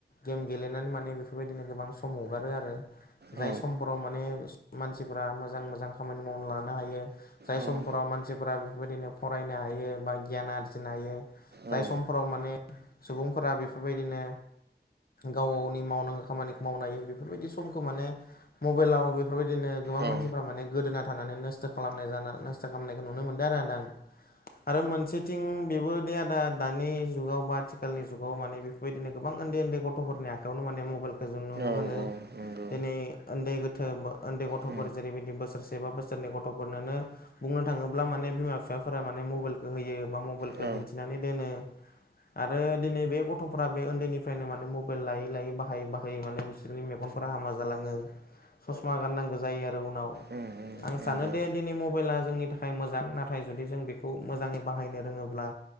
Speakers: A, on the left; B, on the right.
A: गेम गेलेनानै माने बेफोरबायदिनो गोबां सम हगारो आरो जाय
B: औ
A: समफोराव माने मानसिफ्रा मोजां मोजां खामानि मावना लानो हायो जाय
B: उम
A: समफोराव मानसिफोरा बेफोरबायदिनो फरायनो हायो बा गियान आरजिनो हायो जाय
B: औ
A: समफोराव माने सुबुंफोरा बेफोरबायदिनो गाव गावनि मावनांगौ खामानिखौ मावनो हायो बेफोरबायदि समखौ माने मबाइलाव बेफोरबायदिनो गोबां
B: औ
A: मानसिफ्रा माने गोदोना थानानै नस्थ' खालामनाय जाना नस्थ' खालामनायखौ नुनो मोनदों आरो आद आं आरो मोनसेथिं बेबो दे आदा दानि जुगाव बा आथिखालनि जुगाव माने बे बेबायदिनो गोबां उन्दै उन्दै गथ'फोरनि आखायावनो माने मबाइलखौ जों नुनो
B: औ
A: मोनो
B: नंगौ
A: दिनै उन्दै गोथो उन्दै गथ'फोर
B: उम
A: जेरैबायदि बोसोरसे बा बोसोरनै गथ'फोरनानो बुंनो थाङोब्ला ब्ला माने बिमा बिफाफोरा माने मबाइलखौ होयो बा मबाइलखौ
B: औ
A: दिन्थिनानै दोनो आरो दिनै बे गथ' गथ'फोरा बे उन्दैनिफ्रायनो माने मबाइल लायै लायै बाहायै बाहायै माने बिसोरनि मेगनफोरा हामा जालाङो ससमा गाननांगौ जायो आरो उनाव
B: उम
A: आं
B: नंगौ
A: सानो दि दिनै मबाइला जोंनि थाखाय मोजां नाथाय जुदि जों बेखौ मोजाङै बाहायनो रोङोब्ला